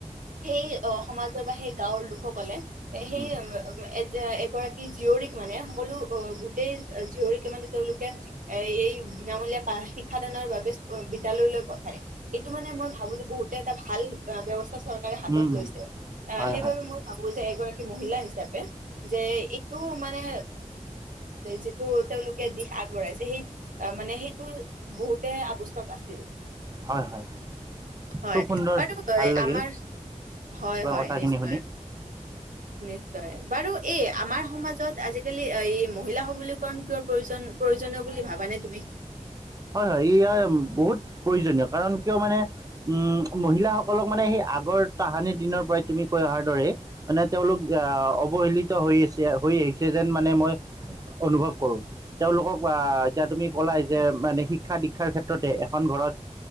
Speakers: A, on the right; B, on the right.
A: সেই সমাজৰ বা সেই গাঁওৰ লোকসকলে এ সেই
B: উম
A: এ এগৰাকী জীয়ৰীক মানে সকলো গোটেই জীয়ৰীকে মানে তেওঁলোকে এই বিনামূলীয়া শিক্ষাদানৰ বাবে বিদ্যালয়লৈ পঠায় এইটো মানে মই ভাবো যে বহুত এটা ভাল ব্যৱস্থা চৰকাৰে হাতত
B: উম
A: লৈছে,
B: উম
A: আহ
B: হয়
A: সেইবাবে
B: হয়
A: মোৰ ভাবো যে এগৰাকী মহিলা হিচাপে যে এইটো মানে যিটো তেওঁলোকে দিশ আগবঢ়াইছে সেই মানে সেইটো বহুতে আৱশ্যক আছিল।
B: হয় হয়
A: হয়
B: খুব সুন্দৰ
A: বাৰু
B: ভাল লাগিল
A: আমাৰ, হয়,
B: তোমাৰ
A: হয়,
B: কথাখিনি
A: নিশ্চয়।
B: শুনি <inaudible>
A: নিশ্চয়, বাৰু এই আমাৰ সমাজত আজিকালি মহিলা সবলীকৰণ কিয় প্ৰয়োজন? প্ৰয়োজনীয় বুলি ভাবা নে তুমি?
B: হয়, হয় ইয়া বহুত প্ৰয়োজনীয় কাৰণ কিয় মানে উম, মহিলাসকলক মানে সেই আগৰ তাহানিৰ দিনৰ পৰাই তুমি কৈ অহাৰ দৰে মানে তেওঁলোক আহ অৱহেলিত হৈ আছে, হৈ আহিছে যেন মানে মই অনুভৱ কৰো। তেওঁলোকক আহ, এতিয়া তুমি কলাই যে মানে শিক্ষা দীক্ষাৰ ক্ষেত্ৰতে এখন ঘৰত